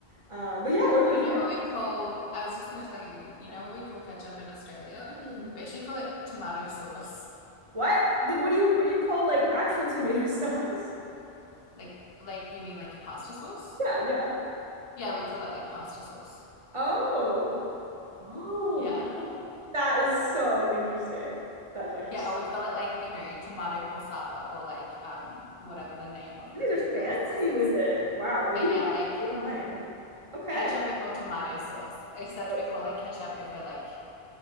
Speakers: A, on the right; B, on the left.
A: Uh, but yeah, what about
B: You
A: you
B: know
A: guys?
B: what we call, I was just going to tell you, you know
A: Yeah.
B: what we call ketchup in Australia?
A: Hmm.
B: We actually call it tomato sauce.
A: What? Then what do you what do you call like actual tomato <laughs> sauce?
B: Like, like you mean like pasta sauce?
A: Yeah, yeah.
B: Yeah, we call that like pasta sauce.
A: Oh. Oh,
B: Yeah.
A: wow. That is so interesting. That is actually
B: Yeah,
A: s-
B: or we call it like, you know, tomato passata or like um whatever the name of
A: you
B: the particular
A: guys are fancy
B: sauce is.
A: with it. Wow, maybe
B: But yeah,
A: we're
B: like
A: we're behind. Okay.
B: ketchup we call tomato sauce, except
A: So
B: we call it ketchup if we're like,